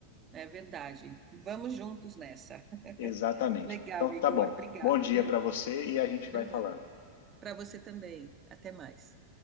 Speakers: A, on the right; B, on the left.
A: é verdade. Vamos juntos nessa.
B: Exatamente.
A: Legal,
B: Então tá
A: Igor.
B: bom.
A: Obrigada,
B: Bom dia
A: viu?
B: para você e a gente
A: Obrigada.
B: vai falando.
A: Para você também. Até mais.